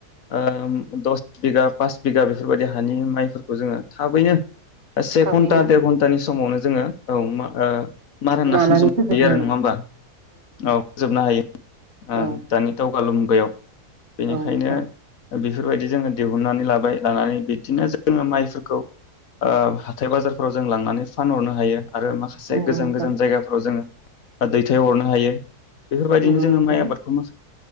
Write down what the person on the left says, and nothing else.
ओ दस बिगा, पास बिगा बेफोरबायदि हानि माइफोर खौ जोङो थाबैनो से
घन्टा, देर घन्टानि समावनो जोङो औ मा ओ मार होना
<unintelligible> जोबनो
हायो आरो नङा होमबा औ फोजोबनो हायो। ओ
दानि दावगालु मुगायाव बेनिखायनो
बेफोरबायदि जोङो दिहुननानै लाबाय। लानानै बिदिनो जोङो माइफोरखौ ओ हाथाय बाजारफोराव जों लांनानै फानहरनो हायो। आरो माखासे
गोजान
गोजान जायगाफोराव जोङो दैथायहरनो हायो। बेफोरबायदिनो
जोङो
माइ आबादखौ मो